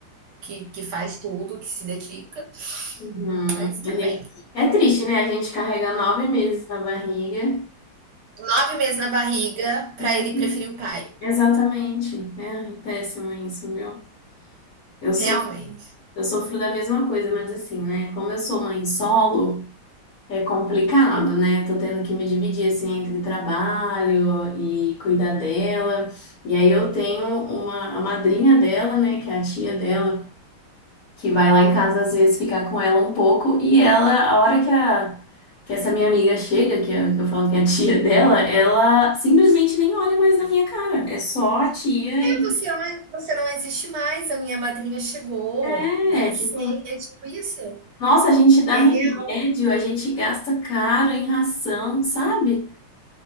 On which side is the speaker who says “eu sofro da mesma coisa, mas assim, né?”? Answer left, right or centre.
Left